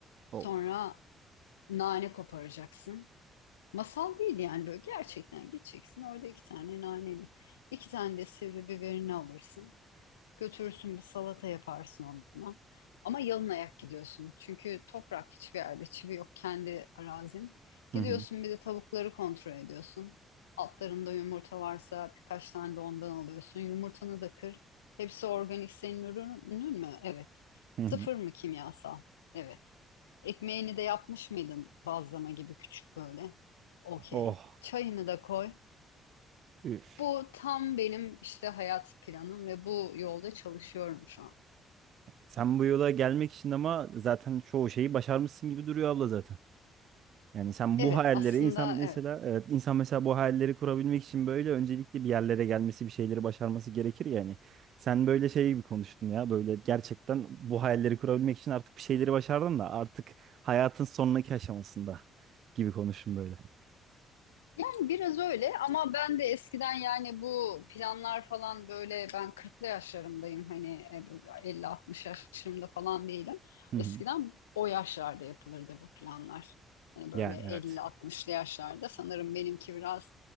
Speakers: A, on the right; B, on the left.
A: Of.
B: Sonra nane koparacaksın. Masal değil yani böyle gerçekten gideceksin orada iki tane naneni iki tane de sivri biberini alırsın. Götürürsün bir salata yaparsın onunla. Ama yalın ayak gidiyorsun. Çünkü toprak hiçbir yerde, çivi yok kendi arazin. Gidiyorsun
A: Hı hı.
B: bir de tavukları kontrol ediyorsun. Altlarında yumurta varsa birkaç tane de ondan alıyorsun. Yumurtanı da kır. Hepsi organik senin ürünün mü? Evet.
A: Hı
B: Sıfır
A: hı.
B: mı kimyasal? Evet. Ekmeğini de yapmış mıydın bazlama gibi küçük böyle? Okey.
A: Oh.
B: Çayını da koy.
A: Üf.
B: Bu tam benim işte hayat planım ve bu yolda çalışıyorum şu an.
A: Sen bu yola gelmek için ama zaten çoğu şeyi başarmışsın gibi duruyor abla zaten. Yani sen
B: Evet,
A: bu hayalleri
B: aslında
A: insan mesela
B: evet.
A: evet insan mesela bu hayalleri kurabilmek için böyle öncelikle bir yerlere gelmesi, bir şeyleri başarması gerekir yani. Sen böyle şey gibi konuştun ya. Böyle gerçekten bu hayalleri kurabilmek için artık bir şeyleri başardım da artık hayatın sonraki aşamasında gibi konuştun böyle.
B: Yani biraz öyle ama ben de eskiden yani bu planlar falan böyle ben kırklı yaşlarımdayım hani elli altmış yaşlarımda falan değilim.
A: Hı
B: Eskiden
A: hı.
B: o yaşlarda yapılırdı bu planlar. Hani böyle
A: Yani
B: elli
A: evet.
B: altmışlı yaşlarda sanırım benimki biraz